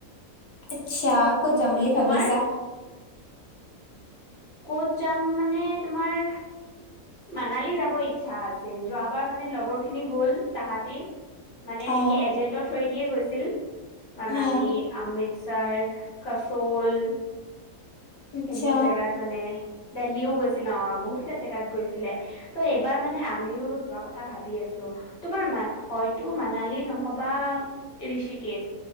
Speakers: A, on the left; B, on the left.
A: আচ্ছা কৌত যাম বুলি
B: তোমাৰ
A: ভাবিছা?
B: ক'ত যাম মানে তোমাৰ। মানালী যাব ইচ্ছা আছিল যোৱাবাৰ মানে লগৰ খিনি গ'ল তাহাঁতি। মানে
A: অ'
B: এনেকে এজেন্টৰ থ্ৰৈ দিয়ে গৈছিল মানালী,
A: অ'
B: অমৃতচাৰ। কাচৌল।
A: আচ্ছা
B: সেইবোৰ জেগাত মানে। দেল্লিও গৈছিল অ বহুত কেইটা জেগাত গৈছিলে ত' এইবাৰ মানে আমিও যোৱা কথা ভাবি আছোঁ। তোমাৰ মা হয়তো মানালী নহ'বা ঋষিকেশ